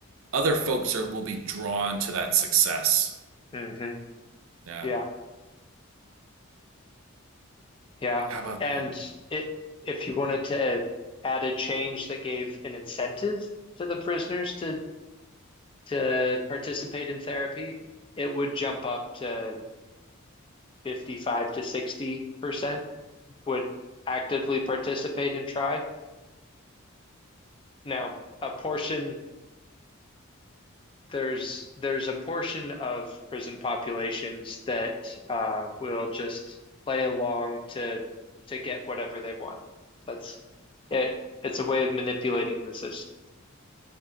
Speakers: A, on the right; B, on the left.
A: other folks are, will be drawn to that success.
B: hmm
A: Yeah.
B: Yeah, yeah.
A: How about
B: And
A: that?
B: it, if you wanted to add a change that gave an incentive to the prisoners to to participate in therapy, it would jump up to 55 to 60% would actively participate and try. Now, a portion there's there's a portion of prison populations that uh, will just play along to to get whatever they want. That's it. It's a way of manipulating the system.